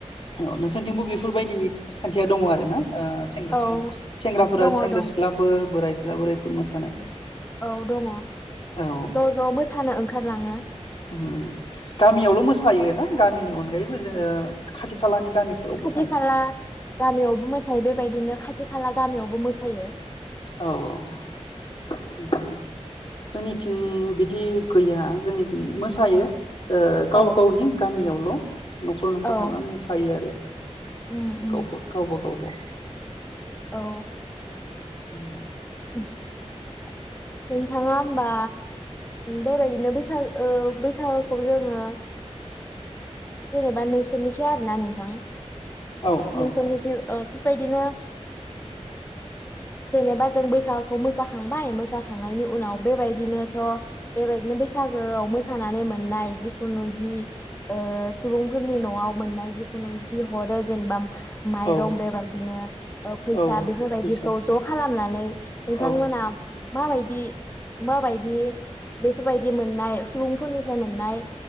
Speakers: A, on the left; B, on the left.
A: औ नोंसोरथिंबो बेफोरबायदि खान्थिया दङ आरो ना ओ सेंग्रा-
B: औ
A: सें -सेंग्राफोरा
B: दङ
A: सेंग्रा-सिख्लाफोर
B: दं
A: बोरायफोर बोरायफोर मोसानाय
B: औ दङ'
A: औ
B: ज' ज' मोसानो। खारलाङो।
A: उम गामियावल' मोसायो ना गामिनि अन गायैबो जो खाथि खालानि गामिफोरावबो
B: खाथि
A: थाङो
B: खाला गामियावबो मोसायो बे बायदिनो खाथि खाला गामियावबो मोसायो।
A: औ औ उम उम जोंनिथिं बिदि गैया जोंनिथिं मोसायो। ओ
B: औ
A: गाव गावनि गामियाव ल। न'खर न'खर
B: औ
A: हाबा मोसायो आरो।
B: उम उम
A: गावबा गावबा <unintelligible>
B: औ
A: उम
B: नोंथाङा होमबा बेबायदिनो बैसाग बैसागोखौ जोङो जेनेबा नोंसोरनिसो आरो ना नोंथां
A: औ औ
B: नोंसोरनिथिं ओ बेबायदिनो जेनेबा जों बैसागुखौ मोसाखांबाय मोसाखांनायनि उनाव बेबायदिनोथ' बेबायदिनो बैसागोआव मोसानानै मोननाय जिखुनु जि ओ सुबुंफोरनि न'आव मोननाय जिखुनु जि हरो जेनेबा माइरं
A: औ
B: बेबायदिनो ओ फैसा
A: औ
B: बेफोरबायदिखौ
A: फैसा
B: ज' खालामनानै नोंथांमोना
A: औ
B: माबायदि माबायदि बेफ बेफोरबायदि मोननाय सुबुंफोरनिफ्राय मोननाय